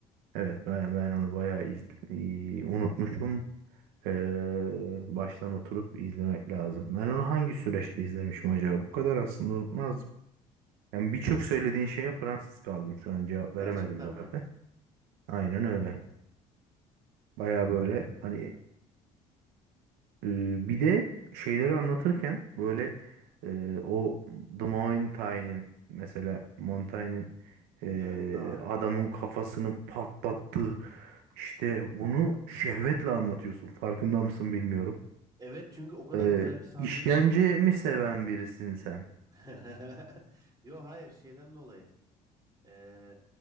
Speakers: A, on the right; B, on the right.
A: Evet ben, ben onu bayağı izle, iyi, unutmuşum. Ee, baştan oturup izlemek lazım. Ben onu hangi süreçte izlemişim acaba? Bu kadar aslında unutmaz Yani birçok söylediğin şeye Fransız kaldım şu an cevap
B: Gerçekten
A: veremedim zaten.
B: mi?
A: Aynen öyle. Baya
B: Hmm.
A: böyle hani e, bir de şeyleri anlatırken böyle e, o The Mountain'in mesela Montaigne'in e,
B: Evet daha.
A: adamın kafasını patlattığı işte bunu şehvetle anlatıyorsun. Farkında mısın bilmiyorum.
B: Evet çünkü o kadar
A: E,
B: güzel bir sahneydi
A: işkence
B: ki.
A: mi seven birisin sen?
B: <laughs> Yo hayır şeyden dolayı. Ee,